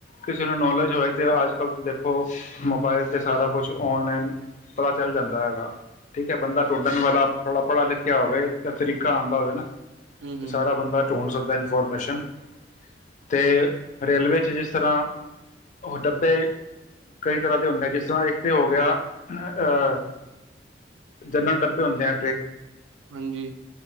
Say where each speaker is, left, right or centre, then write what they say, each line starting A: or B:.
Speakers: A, on the left; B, on the right.
A: ਕਿਸੇ ਨੂੰ ਨੌਲੋਜ ਹੋਏ ਤੇ ਅੱਜ ਕੱਲ ਤਾਂ ਦੇਖ ਖੋ ਮੋਬਾਇਲ 'ਤੇ ਸਾਰਾ ਕੁਛ ਔਨਲਾਈਨ ਪਤਾ ਚੱਲ ਜਾਂਦਾ ਹੈਗਾ ਠੀਕ ਹੈ ਬੰਦਾ ਡੁਬਣ ਵਾਲਾ ਪੜੇ ਲਿਖਿਆ ਹੋਵੇ ਆਉਂਦਾ ਹੋਵੇ ਨਾ
B: ਹੂੰ ਹੂੰ
A: ਤੇ ਸਾਰਾ ਬੰਦਾ ਚੋਣ ਸਕਦਾ ਇਨਫੋਰਮੇਸ਼ਨ ਅਤੇ ਰੇਲਵੇ 'ਚ ਜਿਸ ਤਰ੍ਹਾਂ ਉਹ ਡੱਬੇ ਕਈ ਤਰ੍ਹਾਂ ਦੇ ਹੁੰਦੇ ਆ ਜਿਸ ਤਰ੍ਹਾਂ ਇੱਕ ਤੇ ਹੋ ਗਿਆ ਅਤੇ ਜਨਰਲ ਡੱਬੇ ਹੁੰਦੇ ਨੇ
B: ਹਾਂਜੀ